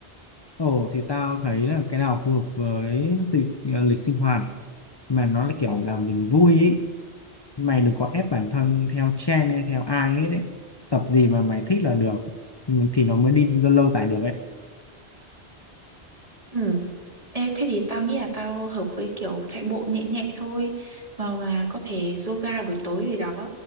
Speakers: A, on the left; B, on the right.
A: ồ thì tao thấy là cái nào phù hợp với sinh, lịch sinh hoạt mà nó là kiểu làm mình vui ý mày đừng có ép bản thân theo trend hay theo ai hết đấy tập gì mà mày thích là được ừ, thì nó mới đi lâu dài được ấy
B: Ừ. Ê, thế thì tao nghĩ là tao hợp với kiểu chạy bộ nhẹ nhẹ thôi mà, mà có thể yoga buổi tối gì đó.